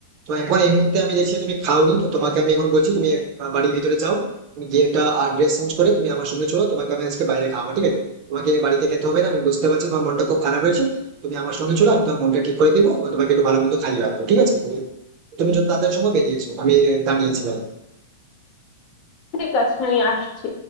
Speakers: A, on the right; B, on the left.
A: তো এখন এই মুহূর্তে আমি দেখছি তুমি খাওনি তো তোমাকে আমি এখন বলছি তুমি আহ, বাড়ির ভিতরে যাও তুমি গিয়ে একটা ড্রেস চেঞ্জ করে তুমি আমার সঙ্গে চলো তোমাকে আমি আজকে বাইরে খাওয়া ঠিক আছে তোমাকে বাড়িতে খেতে হবে না আমি বুঝতে পারছি তোমার মনটা খুব খারাপ হয়েছে তুমি আমার সঙ্গে চলো আমি তোমার মনটা ঠিক করে দিবো এবং তোমাকে একটু ভালো মন্দ খাইয়ে রাখবো ঠিক আছে তুমি যত তাড়াতাড়ি সময় বেরিয়েছো আমি দাঁড়িয়ে আছি ভাই
B: ঠিক আছে আমি আসছি